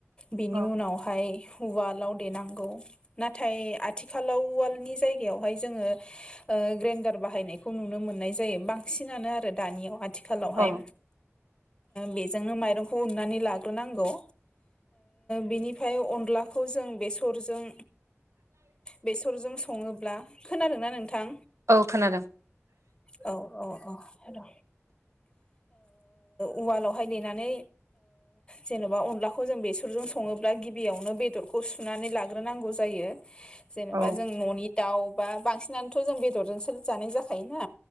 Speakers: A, on the left (about 20°); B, on the right (about 75°).
A: बिनि
B: औ
A: उनावहाय उवालाव देनांगौ नाथाय आथिखालाव उवालनि जायगायावहाय जोङो ग्रेन्डार बाहायनायखौ नुनो मोननाय जायो बांसिनानो आरो दानियाव आथिखालावहाय
B: औ
A: बेजोंनो माइरं ननानै लाग्रोनांगौ बिनिफ्राय अनला खौ जों बेसरजों बेसरजों सङोब्ला खोनादों ना नोंथां
B: औ खोनादों
A: औ औ औ हेल' उवालावहाय देनानै जेन'बा अनलाखौ जों बेसरजों सङोब्ला गिबियावनो बेदर खौ सुनानै लाग्रोनांगौ जायो जेनेबा
B: औ
A: जों न'नि दाउ बा बांसिनानोथ' जों बेदरजोंसो जानाय जाखायोना